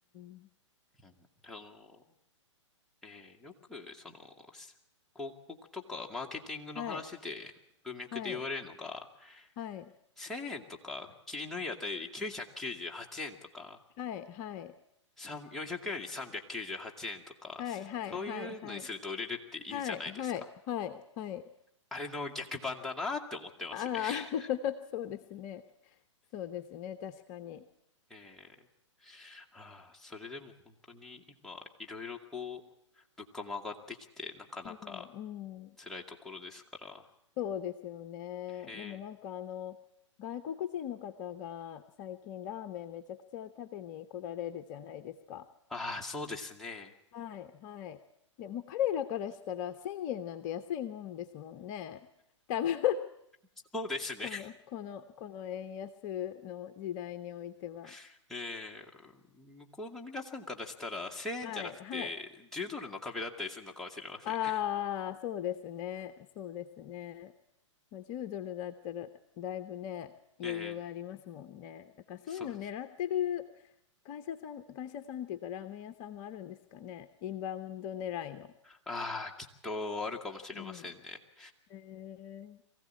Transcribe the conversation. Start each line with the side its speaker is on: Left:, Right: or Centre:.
Left: ん。
Centre: うんあの、えーよく、その、す広告とかマーケティングの話で、
Left: はい、
Centre: 文脈で言われるのが、
Left: はい、はい、
Centre: 1000円とか、切りのいい値より998円とか、
Left: はい、はい、
Centre: 3 400円より398円とか、
Left: はい、
Centre: そそういうのにすると売れるって言うじゃないですか。
Left: はい、はい、はい、はい、はい、はい、はい、
Centre: あれの逆版だなって思ってますね。
Left: ああ
Centre: <laughs>
Left: ー、<laughs> そうですね。そうですね、確かに。
Centre: えーああ、それでも本当に今、いろいろこう、物価も上がってきて、なかなか
Left: うん、うん、
Centre: 辛いところですから。
Left: そうですよね。
Centre: へえ。
Left: でもなんかあの、外国人の方が最近ラーメンめちゃくちゃ食べに来られるじゃないですか。
Centre: ああ、そうですね。
Left: はい、はい。でもう彼らからしたら1000円なんて安いもんですもんね。多分
Centre: そうですね。
Left: この、この、この円安の時代においては。
Centre: <laughs> ええ、向こうの皆さんからしたら、1000円じゃなくて、
Left: はい、はい。
Centre: 10ドルの壁だったりするのかもしれません。
Left: ああ、
Centre: <laughs>
Left: そうですね。そうですね。まあ、10ドルだったらだいぶね、余裕がありますもんね。
Centre: ええ、
Left: だからそういうの狙ってる
Centre: そう。
Left: 会社さん、会社さんっていうかラーメン屋さんもあるんですかね。インバウンド狙いの。
Centre: ああ、きっとあるかもしれませんね。
Left: うん。えー